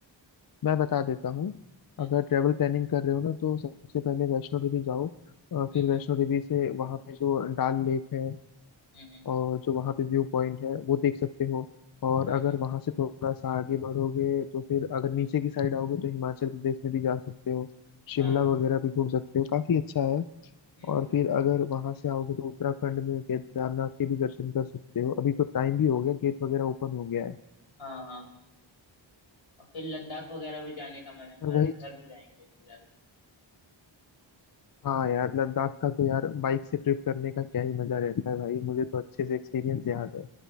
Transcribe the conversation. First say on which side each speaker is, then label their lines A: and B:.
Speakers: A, on the left; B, on the left.
A: मैं बता देता हूँ
B: हम्म
A: अगर ट्रेवल प्लानिंग कर रहे हो ना तो सबसे पहले वैष्णो देवी जाओ अ,
B: हम्म
A: फिर वैष्णो देवी से वहाँ पे जो डाल लेक है
B: हम्म हम्म
A: और जो वहाँ पे व्यू पॉइंट है वो देख सकते हो और
B: हम्म
A: अगर
B: हम्म,
A: वहाँ से थोड़ा सा आगे बढ़ोगे तो फिर अगर नीचे की साइड आओगे तो हिमाचल प्रदेश में भी जा सकते हो शिमला
B: हाँ
A: वगैरह भी घूम सकते हो काफी अच्छा है
B: हम्म
A: और फिर अगर वहाँ से आओगे तो उत्तराखंड में केदारनाथ के भी दर्शन कर सकते हो अभी तो टाइम भी हो गया गेट वगैरह ओपन हो गया है
B: हाँ हाँ और फिर लद्दाख वगैरह भी जाने का मन है हमारा
A: और वही
B: तो उधर भी जाएंगे फिलहाल
A: हाँ यार लद्दाख का तो यार बाइक से ट्रिप करने का क्या ही मजा रहता है भाई मुझे तो अच्छे से एक्सपीरियंस याद है